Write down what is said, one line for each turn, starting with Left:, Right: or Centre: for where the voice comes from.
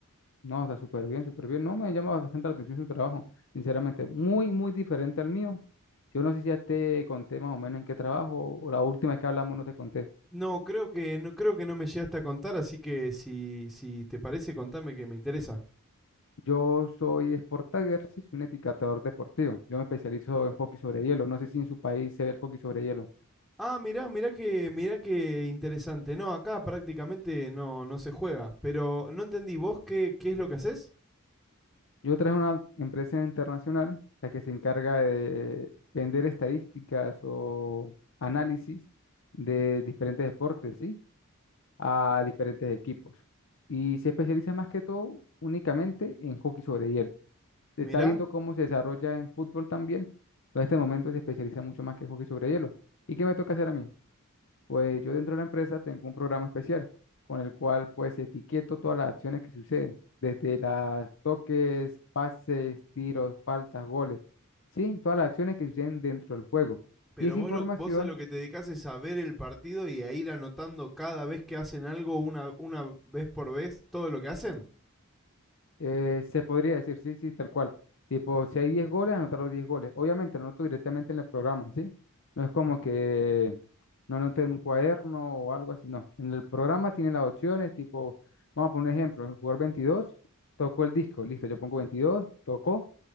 Left: no, está súper bien, súper bien. No, me llama bastante la atención su trabajo, sinceramente, muy, muy diferente al mío. Yo no sé si ya te conté más o menos en qué trabajo, o la última vez que hablamos no te conté.
Centre: No, creo que no, creo que no me llegaste a contar, así que si, si te parece, contame que me interesa.
Left: Yo soy Sport Tagger, sí, soy un etiquetador deportivo. Yo me especializo en hockey sobre hielo. No sé si en su país se ve el hockey sobre hielo.
Centre: Ah, mirá, mirá que, mirá que interesante. No, acá prácticamente no, no se juega. Pero no entendí, ¿vos qué, qué es lo que haces?
Left: Yo traje una empresa internacional, la que se encarga de vender estadísticas o análisis de diferentes deportes, ¿sí? A diferentes equipos. Y se especializa más que todo únicamente en hockey sobre hielo. Se
Centre: Mirá.
Left: está viendo cómo se desarrolla en fútbol también, pero en este momento se especializa mucho más que hockey sobre hielo. ¿Y qué me toca hacer a mí? Pues yo dentro de la empresa tengo un programa especial con el cual pues etiqueto todas las acciones que suceden, desde las toques, pases, tiros, faltas, goles, sí, todas las acciones que suceden dentro del juego.
Centre: Pero
Left: Y esa
Centre: vos,
Left: información
Centre: lo- vos a lo que te dedicás es a ver el partido y a ir anotando cada vez que hacen algo, una, una vez por vez, todo lo que hacen.
Left: Eh, se podría decir, sí, sí, tal cual. Tipo, si hay 10 goles, anotar los 10 goles. Obviamente, no anoto directamente en el programa, ¿sí? No es como que no anoté en un cuaderno o algo así, no. En el programa tienen las opciones, tipo, vamos a poner un ejemplo, el jugador 22 tocó el disco, listo, yo pongo 22 tocó,